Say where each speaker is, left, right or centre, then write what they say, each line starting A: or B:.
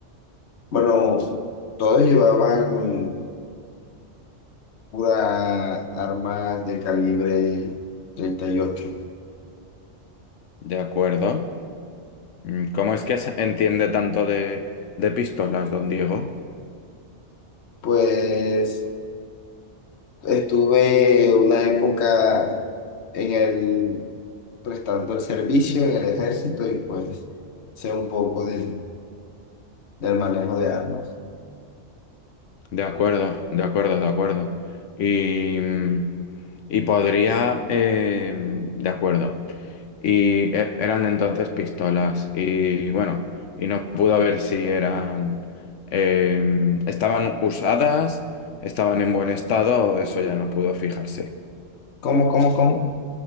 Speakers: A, on the left (about 65°); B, on the left (about 80°).
A: Bueno, todos llevaban pura arma de calibre treinta y ocho
B: De acuerdo. Mm, ¿Cómo es que se- entiende tanto de, de pistolas, don Diego?
A: Pues estuve una época en el prestando el servicio en el ejército y pues sé un poco del, del manejo de armas.
B: De acuerdo, de acuerdo, de acuerdo. Y, mm, y podría, eh, de acuerdo. Y e- eran entonces pistolas. Y bueno, y no pudo ver si eran... em, estaban usadas, estaban en buen estado, eso ya no pudo fijarse.
A: ¿Cómo, cómo, cómo?